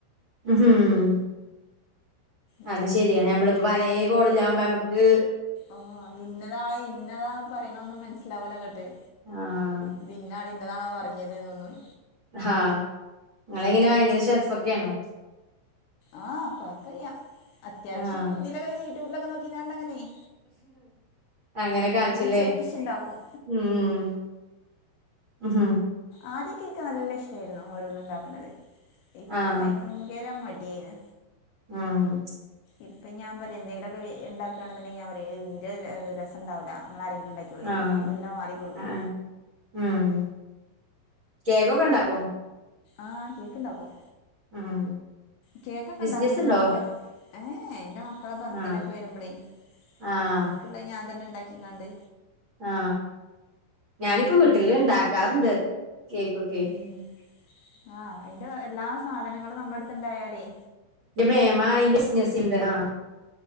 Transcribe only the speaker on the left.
മറന്നു
പോവും
ആഹ് ഇന്നതാ ഇന്നതാ പറയണതൊന്നും മനസ്സിലാവൂലങ്ങട്ട്‌.
ഇത് ഇന്നാള് ഇന്നതാണോ പറഞ്ഞതെന്നൊന്നും
ആ കൊഴപ്പില്ല അത്യാവശ്യം
ഇതിലൊക്കെ യൂട്യൂബിലൊക്കെ നോക്കിക്കൊണ്ടങ്ങിനെയെ
ഒപ്പിച്ചൊപ്പിച്ചുണ്ടാക്കും
ആദ്യക്കെ ഇക്ക് നല്ല ഇഷ്ടായിരുന്നു ഓരോന്നുണ്ടാക്കണത് ഇപ്പം
ഭയങ്കര മടിയായിന്
ഇപ്പ ഞാൻ പറയാ എന്തെങ്കിലൊക്കെ ഉണ്ടാക്കുകയാണെങ്കിൽ ഞാൻ പറയും ഇന്റെ ര രസണ്ടാവില്ല നിങ്ങളാരെങ്കിലും ഉണ്ടാക്കിക്കോ <unintelligible>
മെല്ലെ മാറി കൊടുക്കും
ആ കേക്കുണ്ടാക്കും.
കേക്കൊക്കെ
ഉണ്ടാക്കും എന്റെ മക്കൾ ഏ എന്റെ മ മക്കളെ ഭബർത്ഡേക്കെ
വരുമ്പളേ
അവർക്കുള്ളത് ഞാൻതന്നെ ഇണ്ടാക്കിക്കാണ്ട്
ഉം ആ അതിന്റെ എല്ലാ സാധനങ്ങളും നമ്മടടുത്തുണ്ടായാലേ